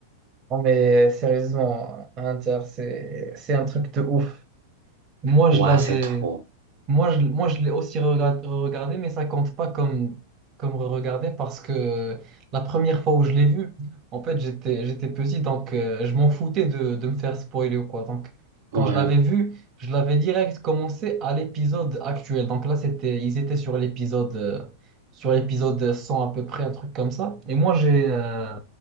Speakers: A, on the right; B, on the right.
A: Non, mais sérieusement, Inter, c'est c'est un truc de ouf. Moi,
B: Ouais,
A: je l'avais.
B: c'est trop.
A: Moi, je, moi, je l'ai aussi re-regard- re-regardé, mais ça compte pas comme, comme re-regardé parce que la première fois où je l'ai vu, en fait, j'étais, j'étais petit, donc euh, je m'en foutais de, de me faire spoiler ou quoi. Donc,
B: Ouais.
A: quand je l'avais vu, je l'avais direct commencé à l'épisode actuel. Donc là, c'était, ils étaient sur l'épisode euh, sur l'épisode 100 à peu près, un truc comme ça. Et moi, j'ai euh,